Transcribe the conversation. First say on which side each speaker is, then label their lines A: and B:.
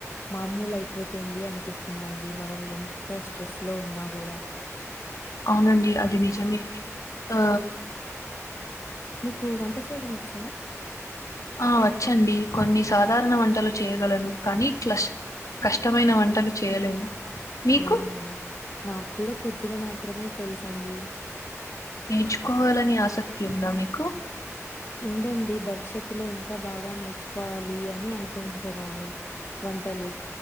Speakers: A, on the left (about 50°); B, on the left (about 80°).
A: మామూలు అయిపోతుంది అనిపిస్తుందండి మనం ఎంత స్ట్రెస్ లో ఉన్నా కూడా <inaudible>
B: అవునండి అది నిజమే ఆ
A: మీకు వంట చేయడం వచ్చా
B: ఆ వచ్చండి కొన్ని సాధారణ వంటలు చేయగలను కానీ క్లష్ కష్టమైన వంటలు చేయలేను మీకు
A: అవునా నాకు కూడా కొద్దిగా మాత్రమే తెలుసు అండి
B: నేర్చుకోవాలని ఆసక్తి ఉంద మీకు
A: ఉందండి భవిష్యత్తు లో ఇంకా బాగా నేర్చుకోవాలి అని అనుకుంటున్నాను వంటలు